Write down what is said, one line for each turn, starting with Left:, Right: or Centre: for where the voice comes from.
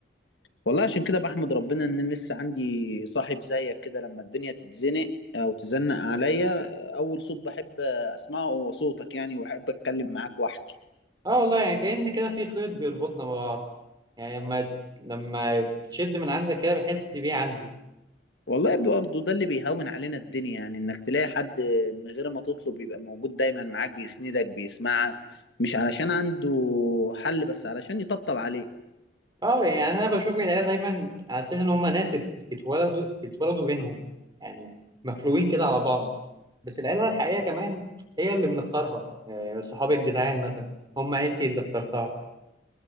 Left: والله عشان كده بحمد ربنا ان أنا لسه عندي صاحب زيك كده لما الدنيا تتزنق او تزنق عليا اول صوت بحب اسمعه هو صوتك يعني واحب اتكلم معاك واحكي
Right: اه والله يعني كأن كده في خيط بيربطنا ببعض يعني لما لما تشد من عندك كده بحس بيه عندي
Left: والله برضه ده اللي بيهون علينا الدنيا يعني انك تلاقي حد من غير ما تطلب يبقى موجود دايما معاك بيسندك بيسمعك مش علشان عنده حل بس علشان يطبطب عليك
Right: اه يعني انا بشوف العيلة دايما على اساس ان هم ناس ات- اتولدوا اتولدوا بينهم يعني مخلوقين كده على بعض بس العيلة الحقيقية كمان هي اللي بنختارها يعني صحاب الجدعان مثلا هم عيلتي اللي اخترتها